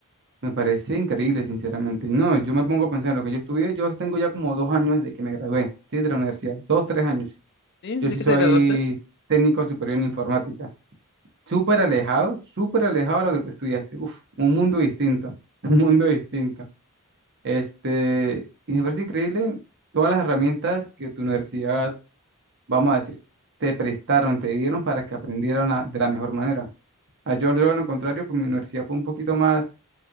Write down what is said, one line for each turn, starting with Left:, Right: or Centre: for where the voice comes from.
Right: Me parece increíble, sinceramente. No, yo me pongo a pensar en lo que yo estudié. Yo tengo ya como dos años desde que me gradué, ¿sí? De la universidad. Dos, tres años.
Left: ¿Sí?
Right: Yo
Left: ¿De
Right: sí
Left: qué
Right: soy
Left: te graduaste?
Right: técnico superior en informática. Súper alejado, súper alejado de lo que tú estudiaste. Uf, un mundo distinto, <laughs> un mundo distinto. Este, y me parece increíble todas las herramientas que tu universidad, vamos a decir, te prestaron, te dieron para que aprendieran a- de la mejor manera. Ah, Yo, yo, lo contrario, pues mi universidad fue un poquito más